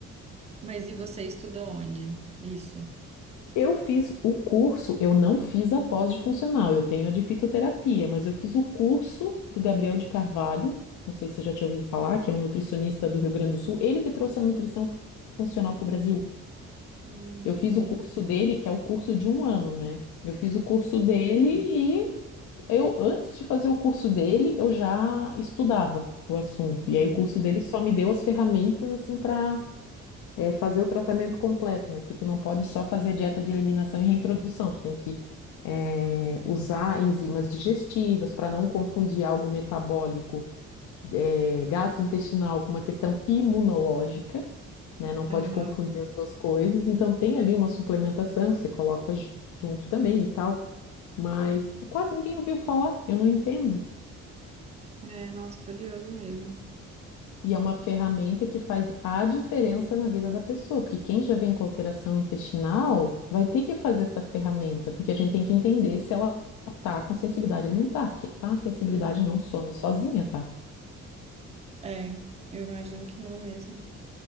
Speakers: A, on the right; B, on the left.
A: Mas e você estudou onde? Isso.
B: Eu fiz o curso, eu não fiz a pós de funcional, eu tenho a de fitoterapia, mas eu fiz o curso do Gabriel de Carvalho, não sei se você já tinha ouvido falar, que é um nutricionista do Rio Grande do Sul, ele que trouxe a nutrição funcional para o Brasil.
A: Hum,
B: Eu fiz
A: conheço.
B: o curso dele, que é o curso de um ano, né? Eu fiz o curso dele e eu, antes de fazer o curso dele, eu já estudava o assunto.
A: Uhum.
B: E aí o curso dele só me deu as ferramentas assim para fazer o tratamento completo, né? Porque tu não pode só fazer a dieta de eliminação e reintrodução, tu tem que eh, usar enzimas digestivas para não confundir algo metabólico eh, gastrointestinal com uma questão imunológica, né? Não pode
A: Aham.
B: confundir as duas coisas. Então tem ali uma suplementação que você coloca ju- junto também e tal, mas quase ninguém ouviu falar, eu não entendo.
A: É, nossa, curioso mesmo.
B: E é uma ferramenta que faz a diferença na vida da pessoa, porque quem já vem com alteração intestinal vai ter que fazer essa ferramenta, porque a gente tem que entender se ela tá com sensibilidade alimentar, que a sensibilidade
A: Uhum.
B: não some sozinha, tá?
A: É, eu imagino que não mesmo.